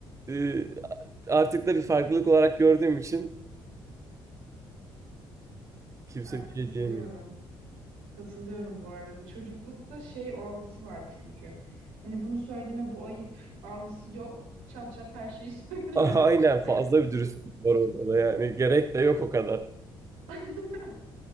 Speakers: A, on the right; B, on the right.
A: e, artık da bir farklılık olarak gördüğüm için Kimse
B: Yani
A: bir
B: katılıyorum.
A: şey diyemiyor.
B: Katılıyorum bu arada. Çocuklukta şey o algısı var çünkü. Hani bunu söyleme bu ayıp algısı yok. Çat çat her şeyi <laughs> söylüyorlar.
A: <laughs> Aynen fazla bir dürüstlük var ortada yani. Gerek de yok o kadar.
B: <laughs>